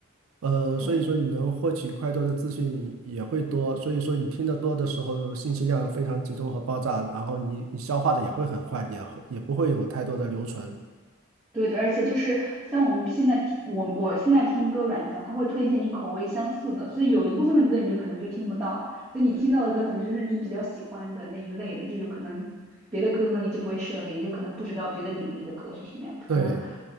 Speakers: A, on the right (about 85°); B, on the right (about 15°).
A: 呃，
B: 对。
A: 所以说你能获取快多的资讯也会多，所以说你听得多的时候，信息量非常集中和爆炸，然后你你消化的也会很快，也也不会有太多的留存。
B: 对的，而且就是像我们现在听，我我现在听歌软件，它会推荐你口味相似的，所以有一部分的歌你就可能就听不到，所以你听到的歌可能就是你比较喜欢的那一类的，这就可能别的歌呢你就不会涉猎，你就可能不知道别的领域的歌是什么样，
A: 对。
B: 可能